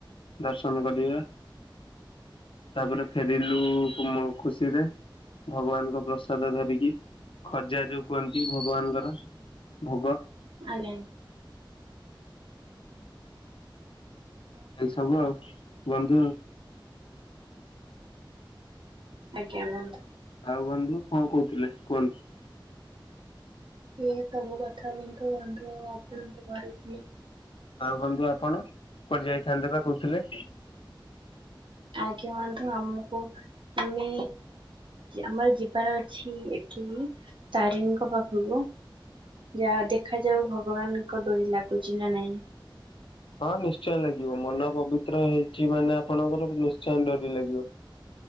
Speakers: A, on the left; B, on the right.
A: ଦର୍ଶନ କରିବା। ତାପରେ ଫେରିଲୁ କୁମୁ ଖୁସିରେ। ଭଗବାନଙ୍କ ପ୍ରସାଦ ଧରିକି ଖଜା ଯୋଉ କୁହନ୍ତି ଭଗବାନଙ୍କର ଭୋଗ।
B: ଆଜ୍ଞା।
A: ଏଇ ସବୁ ଆଉ ବନ୍ଧୁ।
B: ଆଜ୍ଞା ବନ୍ଧୁ।
A: ଆଉ ବନ୍ଧୁ କଣ କହୁଥିଲେ କୁହନ୍ତି?
B: ଏଇ ସବୁ କଥା ହୁଅନ୍ତୁ ବନ୍ଧୁ ଆଉ ଆପଣଙ୍କ ଘରେ କେମି
A: ଆଉ ବନ୍ଧୁ ଆପଣ କୁଆଡେ ଯାଇଥାନ୍ତେ ବା କହୁଥିଲେ?
B: ଆଜ୍ଞା ବନ୍ଧୁ ଆମକୁ ଆମେ ଆମର ଯିବାର ଅଛି ଏଠିକି ତାରେଣୀଙ୍କ ପାଖକୁ। ଯା ଦେଖାଯାଉ ଭଗବାନଙ୍କ ଡୋରି ଲାଗୁଛି ନା ନାଇଁ?
A: ହଁ ନିଶ୍ଚୟ ଲାଗିବ ମନ ପବିତ୍ର ହେଇଛି ମାନେ ଆପଣଙ୍କର ନିଶ୍ଚୟ ଡୋରି ଲାଗିବ।